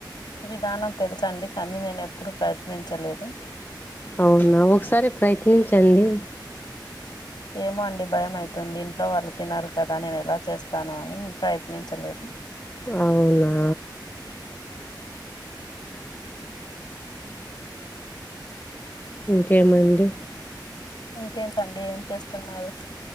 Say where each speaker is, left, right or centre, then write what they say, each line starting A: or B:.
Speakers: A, on the left; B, on the left.
A: విధానం తెలుసండి కనీ నేనేప్పుడు ప్రయత్నించలేదు
B: అవునా ఒకసారి ప్రయత్నించండి
A: ఏమో అండి భయం అయితుంది ఇంట్లో వాళ్ళు తినరు కదా నేను ఎలా చేస్తానో అని ప్రయత్నించలేదు
B: అవునా ఇంకేమండీ
A: ఇంకేంటండి ఏం చేస్తున్నారు